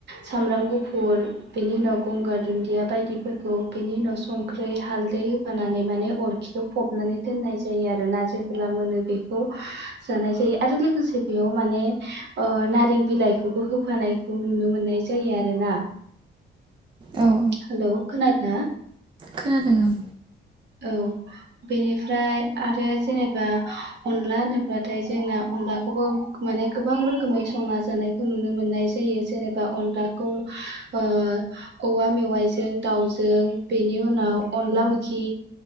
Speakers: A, on the right (about 60°); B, on the right (about 25°).
A: सामब्राम गुफुर बेनि उनाव गंगार दुन्दिया बायदिफोरखौ बेनि उनाव संख्रै हालदै होफानानै माने अरखियाव फबनानै दोननाय जा यो। आरोना जेबोला मोनो बेखौ जानाय जायो। आरो लोगोसे बेयाव माने ओ नारें बिलाइखौबो होफानायखौ नुनो मोननाय जायो। आरोना
B: औ औ
A: हेलौ' खोनादोंना
B: खोनादों आं
A: औ बेनिफ्राय आरो जेनेबा अनला होनोब्लाथाय जोंना अनलाखौबो माने गोबां रोखोमै संना जानायखौ नुनो मोननाय जायो। जेनेबा अनलाखौ ओ औवा' मेवाइजों दाउजों बेनि उनाव अनला मोखि